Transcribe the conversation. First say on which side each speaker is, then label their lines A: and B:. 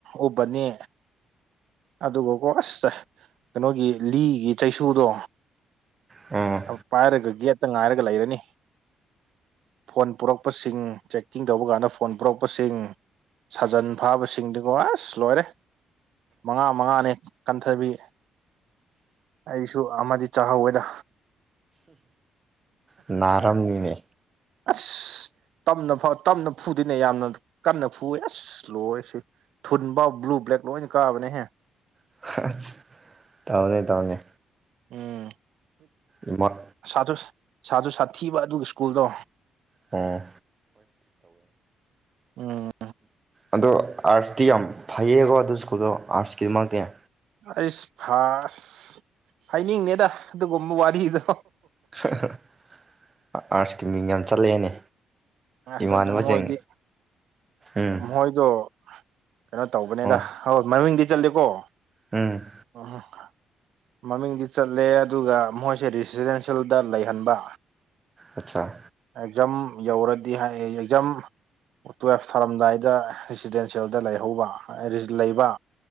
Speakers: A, on the right; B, on the right.
A: ꯎꯞꯄꯅꯤ ꯑꯗꯨꯒꯥꯀꯣ ꯑꯁ ꯀꯩꯅꯣꯒꯤ ꯂꯤꯒꯤ ꯆꯩꯁꯨꯗꯣ
B: ꯎꯝ
A: ꯑꯝ ꯄꯥꯏꯔꯒ ꯒꯦꯠꯇ ꯉꯥꯏꯔꯒ ꯂꯩꯔꯅꯤ ꯐꯣꯟ ꯄꯨꯔꯛꯄꯁꯤꯡ ꯆꯦꯛꯀꯤꯡ ꯇꯧꯕ ꯀꯥꯟꯗ ꯐꯣꯟ ꯄꯨꯔꯛꯄꯁꯤꯡ ꯁꯥꯖꯟ ꯐꯥꯕꯁꯤꯡꯗꯤꯀꯣ ꯑꯁ ꯂꯣꯏꯔꯦ ꯃꯉꯥ ꯃꯉꯥꯅꯦ ꯀꯟꯊꯕꯤ ꯑꯩꯁꯨ ꯑꯃꯗꯤ ꯆꯥꯍꯧꯋꯦꯗ
B: ꯅꯥꯔꯝꯅꯤꯅꯦ
A: ꯑꯁ ꯇꯝꯅ ꯐꯥꯎ ꯇꯝꯅ ꯐꯨꯗꯤꯅꯦ ꯌꯥꯝꯅ ꯀꯟꯅ ꯐꯨꯋꯦ ꯑꯁ ꯂꯣꯏꯔꯦ ꯁꯤ ꯊꯨꯟꯕꯥꯎ ꯕ꯭ꯂꯨ ꯕ꯭ꯂꯦꯛ ꯂꯣꯏꯅ ꯀꯥꯕꯅꯦꯍꯦ
B: <unintelligible> ꯇꯧꯅꯦ ꯇꯧꯅꯦ
A: ꯎꯝ
B: ꯏꯃꯣꯠ
A: ꯁꯥꯇ꯭ꯔꯥ ꯁꯥꯇ꯭ꯔꯥ ꯁꯥꯊꯤꯕ ꯑꯗꯨꯒꯤ ꯁ꯭ꯀꯨꯜꯗꯣ
B: ꯑꯣ
A: ꯎꯝ
B: ꯑꯗꯣ ꯑꯥꯔꯠ꯭ꯁꯇꯤ ꯌꯥꯝ ꯐꯩꯌꯦꯀꯣ ꯑꯗꯨ ꯁ꯭ꯀꯨꯜꯗꯣ ꯑꯥꯔꯠ꯭ꯁꯀꯤꯗꯃꯛꯇꯤ
A: ꯑꯩꯁ ꯐꯥꯁ ꯍꯥꯏꯅꯤꯡꯅꯦꯗ ꯑꯗꯨꯒꯨꯝꯕ ꯋꯥꯔꯤꯗꯣ
B: <unintelligible> ꯑꯥꯔꯠ꯭ꯁꯀꯤ ꯃꯤꯡ ꯌꯥꯝ ꯆꯠꯂꯛꯑꯦꯅꯦ
A: ꯑꯁ
B: ꯏꯃꯥꯟꯅꯕꯁꯤꯡ
A: ꯑꯗꯨ ꯃꯣꯏꯗꯤ
B: ꯎꯝ
A: ꯃꯣꯏꯗꯣ ꯀꯩꯅꯣ ꯇꯧꯕꯅꯦꯗ
B: ꯑꯣ
A: ꯍꯣ ꯃꯃꯤꯡꯗꯤ ꯆꯠꯂꯦꯀꯣ
B: ꯎꯝ
A: <unintelligible> ꯃꯃꯤꯡꯗꯤ ꯆꯠꯂꯦ ꯑꯗꯨꯒ ꯃꯣꯏꯁꯦ ꯔꯤꯁꯤꯗꯦꯟꯁꯌꯦꯜꯗ ꯂꯩꯍꯟꯕ
B: ꯑꯆꯥꯥ
A: ꯑꯦꯛꯖꯥꯝ ꯌꯧꯔꯗꯤ ꯍꯥꯏꯌꯦ ꯑꯦꯛꯖꯥꯝ ꯇꯨꯌꯦꯜꯐ ꯊꯥꯔꯝꯗꯥꯏꯗ ꯔꯤꯁꯤꯗꯦꯟꯁꯌꯦꯜꯗ ꯂꯩꯍꯧꯕ ꯂꯩꯕ